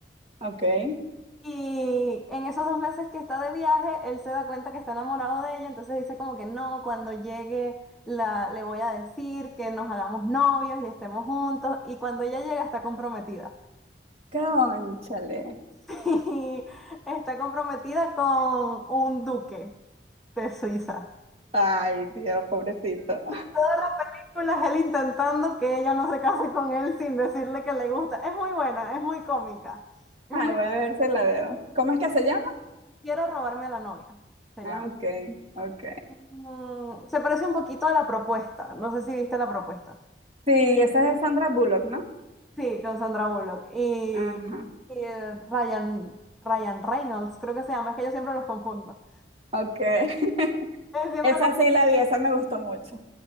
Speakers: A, on the right; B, in the centre.
A: ok.
B: Y en esos dos meses que está de viaje, él se da cuenta que está enamorado de ella, entonces dice como que no, cuando llegue la, le voy a decir que nos hagamos novios y estemos juntos. Y cuando ella llega está comprometida.
A: Cónchale.
B: <laughs> Y está comprometida con un duque de Suiza.
A: Ay, Dios, pobrecito.
B: Toda la película es él intentando que ella no se case con él sin decirle que le gusta. Es muy buena, es muy cómica. Es
A: Ay,
B: muy...
A: voy a ver si la veo. ¿Cómo es que se llama?
B: Quiero robarme a la novia, se
A: Ah,
B: llama.
A: ok, ok.
B: Mm, Se parece un poquito a la propuesta. No sé si viste la propuesta.
A: Sí, esa es de Sandra Bullock, ¿no?
B: Sí, con Sandra Bullock. Y,
A: Ajá,
B: y, eh, Ryan, Ryan Reynolds, creo que se llama. Es que yo siempre los confundo.
A: okay. <laughs>
B: Es siempre
A: Esa
B: como-
A: sí la vi, esa me gustó mucho.